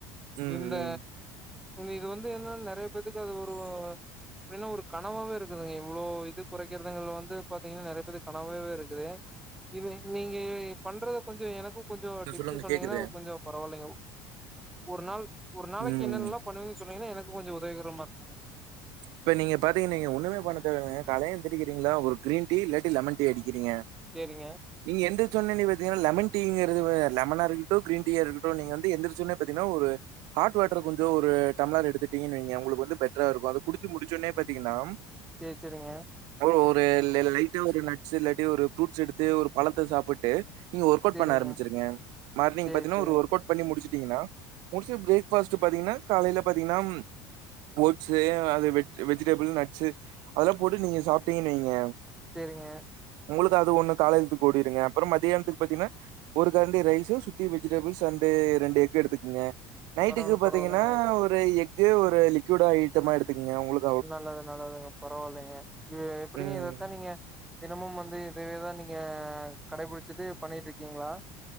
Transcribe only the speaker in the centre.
இந்த
இது வந்து என்னன்ன நெறைய பேத்துக்கு அது ஒரு அப்டின்னா ஒரு கனவாவே இருக்குதுங்க இவ்ளோ இது கொறைக்கிறதுங்கல வந்து பாத்தீங்கன்னா நெறைய பேத்துக்கு கனவாவே இருக்குது இது நீங்க பண்றத கொஞ்ச எனக்கும் கொஞ்சொ டிப்ஸ்ஸு
சொன்னீங்கன்னா
கொஞ்சொ பரவாயில்லைங்க ஒரு நாள் ஒரு நாளைக்கு
என்னன்னலா பண்ணுவன்னு சொன்னீங்கன்னா எனக்கு கொஞ்ச உதவிகரமா இருக்குங்க
சேரிங்க
சேர் செரிங்க
சேரிங்க
சேரி
சேரிங்க
சேரிங்க
பரவால்ல
பரவால்லைங்க
ம் நல்லது நல்லதுங்க பரவால்லைங்க எ எப்படிங்க
இதத்தா நீங்க தினமும் வந்து இதவே தா நீங்க கடைப்புடிச்சிட்டு பண்ணிட்ருக்கீங்ளா